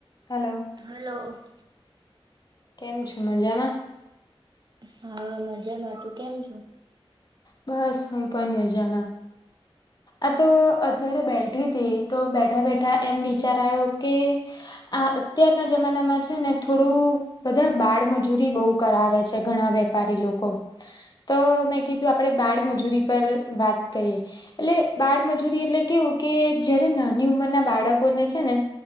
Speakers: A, on the left (about 45°); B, on the right (about 45°).
A: Hello.
B: Hello.
A: કેમ છો મજામાં?
B: હા મજામાં, તું કેમ છુ?
A: બસ હુ પન મજા મા. આ તો અત્યારે બેઠી હતી તો બેઠા બેઠા એમ વિચારા આયો કે આ અત્યારના જમાનામાં છે ને થોડું બધા બાળમજૂરી બઉ કરાવે છે ઘણા વેપારી લોકો તો મેં કીધું આપડે બાળમજૂરી પર વાત કરીએ એટલે બાળમજૂરી એટલે કેવું કે જયારે નાની ઉંમરના બાળકોને છે ને